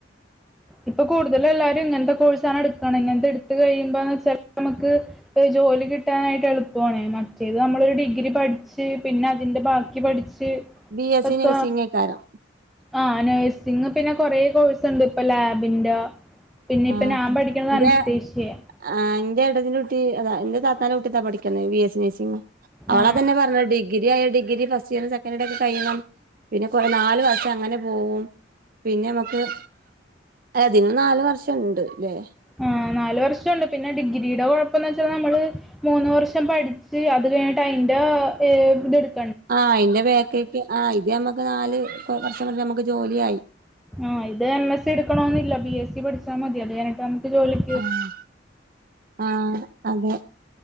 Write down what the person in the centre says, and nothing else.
ഇപ്പൊ കൂടുതല് ഉള്ളവര് ഇങ്ങനത്തെ കോഴ്സാണ് എടുക്കാണ് ഇങ്ങനത്തെ എടുത്ത് കഴിയുമ്പോ എന്ന് വച്ചാൽ ചെലപ്പോ നമുക്ക്- ജോലി കിട്ടാനായിട്ട് എളുപ്പയാണെ മറ്റേത് നമ്മളൊ ഒരു ഡിഗ്രി പഠിച്ച് പിന്നെ അതിന്റെ ഭാഗ - പഠിച്ച്
നിക്ക
ആഹ് നഴ്സിങ് പിന്നെ കൊറെ കോഴ്സ് ഒണ്ട് ഇപ്പൊ ലാബിന്റെ- പിന്നെ ഇപ്പ
ഞാൻ പഠിക്കണത്
അനസ്തേഷിയെയാ
ആ
ആ നാല് വർഷം ഒണ്ട് പിന്നെ ഡിഗ്രിയുടെ കൊഴപ്പന്ന് വെച്ചാൽ നമ്മള്- മൂന്ന് വർഷം പഠിച്ച് അത് കഴിഞ്ഞിട്ട് അയിന്റെ ഇത് എടു -
ആഹ് ഇത് എം എസ് സി എടുക്കണോന്നില്ല ബി എസ് സി പഠിച്ചാ മതി അത് കിഞ്ഞിട്ട് നമുക്ക് ജോലി-